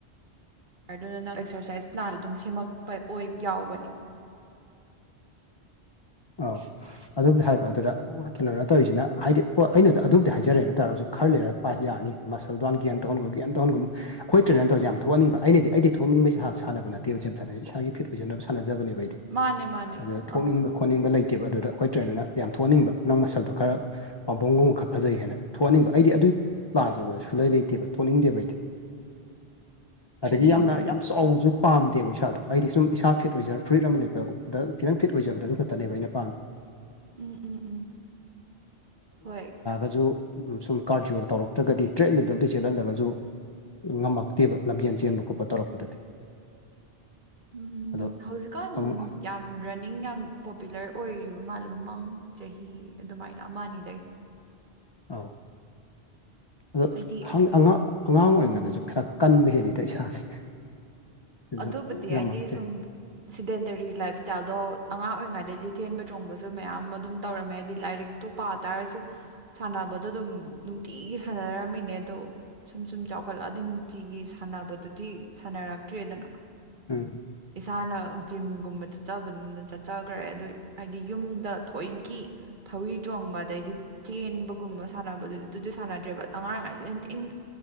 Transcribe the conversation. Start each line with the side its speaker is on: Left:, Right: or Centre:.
Right: ꯑꯗꯨꯅ ꯅꯪ ꯑꯦꯛꯁꯔꯁꯥꯏꯁ ꯂꯥꯟ ꯑꯗꯨꯝ ꯁꯦꯝꯃꯛꯄ ꯑꯣꯏ ꯌꯥꯎꯕꯅꯦ
Left: ꯑꯥꯎ ꯑꯗꯨꯝꯗꯤ ꯍꯥꯏꯕ ꯑꯗꯨꯗ ꯑꯣ ꯀꯩꯅꯣꯅ ꯇꯧꯔꯤꯁꯤꯅ ꯍꯥꯏꯗꯤ ꯄꯣꯠ ꯑꯩꯅꯁꯨ ꯑꯗꯨꯕꯨꯗꯤ ꯍꯥꯏꯖꯔꯦꯅ ꯇꯧꯔꯒꯁꯨ ꯈꯔ ꯂꯩꯔ ꯄꯠ ꯌꯥꯔꯅꯤ ꯃꯁꯜꯗꯨ ꯍꯟꯅ ꯒ꯭ꯌꯥꯟ ꯇꯧꯍꯟꯒꯅꯨ ꯇꯧꯍꯟꯒꯅꯨ ꯑꯩꯈꯣꯏ ꯇ꯭ꯔꯦꯅꯔ ꯇꯧꯋꯤꯖꯦ ꯌꯥꯝ ꯊꯣꯛꯍꯅꯤꯡꯕ ꯑꯩꯅꯗꯤ ꯑꯩꯗꯤ ꯊꯣꯛꯅꯤꯡꯕꯩ ꯁꯥꯟꯅꯕ ꯅꯠꯇꯦꯕꯦ ꯒꯤꯝ ꯁꯥꯟꯅꯩ ꯏꯁꯥꯒꯤ ꯐꯤꯠ ꯑꯣꯏꯖꯅꯕ ꯁꯥꯟꯅꯖꯕꯅꯦꯕ ꯑꯩꯗꯤ
Right: ꯃꯥꯅꯦ ꯃꯥꯅꯦ
Left: ꯑꯗꯨꯗ ꯊꯣꯛꯅꯤꯡꯕ
Right: ꯑꯥ
Left: ꯈꯣꯍꯅꯤꯡꯕ ꯂꯩꯇꯦꯕ ꯑꯗꯨꯗ ꯑꯩꯈꯣꯏ ꯇ꯭ꯔꯦꯅꯔꯅ ꯌꯥꯝ ꯊꯣꯛꯍꯟꯅꯤꯡꯕ ꯅꯪ ꯃꯁꯜꯗꯣ ꯈꯔ ꯄꯥꯝꯕꯨꯡꯒꯨꯝꯕ ꯈꯔ ꯐꯖꯩ ꯍꯥꯏꯅ ꯊꯣꯛꯍꯟꯅꯤꯡꯕ ꯑꯩꯗꯤ ꯑꯗꯨꯏ ꯄ꯭ꯂꯥꯟꯁꯦ ꯑꯩꯉꯣꯟꯗ ꯁꯨꯡꯂꯩ ꯂꯩꯇꯦꯕ ꯊꯣꯛꯅꯤꯡꯗꯦꯕ ꯑꯩꯗꯤ ꯑꯗꯒꯤ
Right: ꯎꯝ
Left: ꯌꯥꯝꯅ ꯌꯥꯝ ꯆꯥꯎꯁꯨ ꯄꯥꯝꯗꯦꯕ ꯏꯁꯥꯗꯣ ꯑꯩꯗꯤ ꯁꯨꯝ ꯏꯁꯥ ꯐꯤꯠ ꯑꯣꯏꯖꯔ ꯐꯨꯠ ꯑꯃ ꯂ ꯂꯩꯄ ꯈꯤꯇꯪ ꯐꯤꯠ ꯑꯣꯏꯖꯕꯗꯣ ꯑꯗꯨ ꯩꯅ
Right: ꯎꯝ ꯎꯝ ꯎꯝ ꯍꯣꯏ
Left: ꯑꯖꯨ ꯁꯨꯝ ꯀꯥꯔꯗꯤꯌꯣ ꯇꯧꯔꯛꯇ꯭ꯔꯒꯗꯤ ꯇ꯭ꯔꯦꯠꯃꯦꯜꯗꯕꯗꯤ ꯆꯦꯜꯍꯜꯂꯒꯁꯨ ꯉꯝꯃꯛꯇꯦꯕ ꯂꯝꯖꯦꯟ ꯆꯦꯟꯕ ꯈꯣꯠꯄ ꯇꯧꯔꯛꯄꯗꯗꯤ
Right: ꯎꯝ
Left: ꯑꯗꯣ
Right: ꯍꯧꯖꯤꯛꯀꯥꯟ
Left: ꯑꯃꯨꯛ
Right: ꯌꯥꯝ ꯔꯟꯅꯤꯡ ꯌꯥꯝ ꯄꯣꯄꯨꯂꯔ ꯑꯣꯏꯔꯤꯕ ꯃꯥꯜꯂꯦ ꯃꯃꯥꯡ ꯆꯍꯤ ꯑꯗꯨꯃꯥꯏꯅ ꯑꯃ ꯑꯅꯤꯗ
Left: ꯑꯧ ꯑꯗꯣ
Right: ꯍꯥꯏꯗꯤ
Left: ꯑꯉꯥꯡ ꯑꯉꯥꯡ ꯑꯣꯏꯔꯤ
Right: ꯎꯝ
Left: ꯉꯥꯅꯖꯨ ꯈꯔ ꯀꯟꯕ ꯍꯦꯜꯂꯤꯗ ꯏꯁꯥꯁꯦ ꯑꯗꯨꯁꯨ
Right: ꯑꯗꯨꯕꯨꯗꯤ
Left: ꯉꯝꯃꯛꯇꯦ
Right: ꯑꯩꯗꯤ ꯁꯨꯝ ꯁꯤꯗꯦꯟꯇꯔꯤ ꯂꯥꯏꯞ ꯏꯁ꯭ꯇꯥꯏꯜꯗꯣ ꯑꯉꯥꯡ ꯑꯣꯏꯔꯤꯉꯩꯗꯩꯗꯤ ꯆꯦꯟꯕ ꯆꯣꯡꯕꯁꯨ ꯃꯌꯥꯝꯃ ꯑꯗꯨꯝ ꯇꯧꯔꯝꯃꯦ ꯍꯥꯏꯗꯤ ꯂꯥꯏꯔꯤꯛ ꯇꯣ ꯄꯥꯇꯥꯔꯁꯨ ꯁꯥꯟꯅꯕꯗꯣ ꯑꯗꯨꯝ ꯅꯨꯡꯇꯤꯒꯤ ꯁꯥꯟꯅꯔꯝꯃꯤꯅꯦ ꯑꯗꯣ ꯁꯨꯝ ꯁꯨꯝ ꯆꯥꯎꯈꯠꯂꯛꯑꯗꯤ ꯅꯨꯡꯇꯤꯒꯤ ꯁꯥꯟꯅꯕꯗꯨꯗꯤ ꯁꯥꯟꯅꯔꯛꯇ꯭ꯔꯦꯗꯅ
Left: ꯎꯝ
Right: ꯏꯁꯥꯅ ꯖꯤꯝꯒꯨꯝꯕ ꯆꯠꯆꯕꯗꯨꯅ ꯆꯠꯆꯒꯔꯦ ꯑꯗꯨ ꯍꯥꯏꯗꯤ ꯌꯨꯝꯗ ꯊꯧꯋꯣꯢꯀꯤ ꯊꯧꯔꯤ ꯆꯣꯡꯕ ꯑꯗꯩꯗꯤ ꯆꯦꯟꯕꯒꯨꯝꯕ ꯁꯥꯟꯅꯕꯗꯨꯗꯤ ꯑꯗꯨꯗꯤ ꯁꯥꯟꯅꯗ꯭ꯔꯦꯕ ꯑꯉꯥꯡꯑꯣꯢꯉꯥꯏꯗ ꯇꯤꯟ